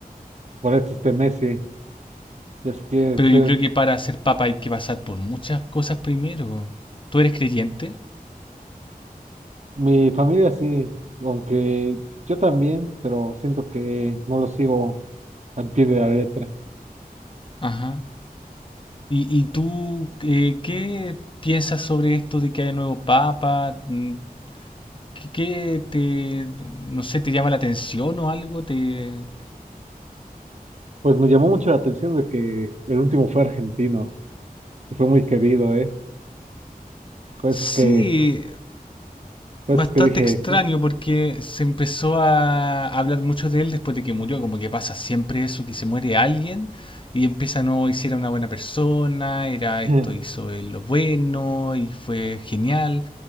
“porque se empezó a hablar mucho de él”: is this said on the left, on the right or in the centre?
Left